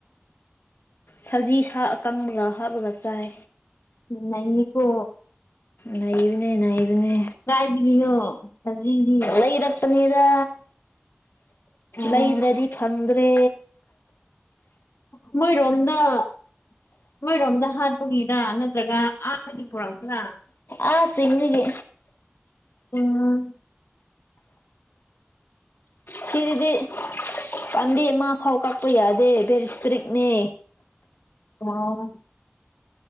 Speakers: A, on the left; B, on the left.
A: ꯁꯖꯤ ꯁꯥ ꯑꯀꯪꯕꯒ ꯍꯥꯞꯄꯒ ꯆꯥꯏ꯫
B: ꯅꯩꯏꯀꯣ
A: ꯅꯩꯕꯅꯦ ꯅꯩꯕꯅꯦ
B: ꯀꯥꯏꯗꯒꯤꯅꯣ? ꯍꯧꯖꯤꯗꯤ
A: ꯂꯩꯔꯛꯄꯅꯤꯗ
B: ꯑꯣ
A: ꯂꯩꯗ꯭ꯔꯗꯤ ꯐꯪꯗ꯭ꯔꯦ꯫
B: ꯃꯣꯏ ꯔꯣꯝꯗ ꯃꯣꯏꯔꯣꯝꯗ ꯍꯥꯠꯄꯒꯤꯔꯥ ꯅꯠꯇ꯭ꯔꯒ ꯑꯥ ꯄꯨꯔꯛꯄꯔꯥ꯫
A: ꯑ ꯆꯤꯡꯗꯒꯤ
B: ꯑꯣ
A: ꯁꯤꯁꯤꯗꯤ ꯄꯥꯝꯕꯤ ꯑꯃ ꯐꯥꯎ ꯀꯛꯄ ꯌꯥꯗꯦ ꯕꯦꯔꯤ ꯏꯁꯇ꯭ꯔꯤꯛꯅꯦ꯫
B: ꯑꯣ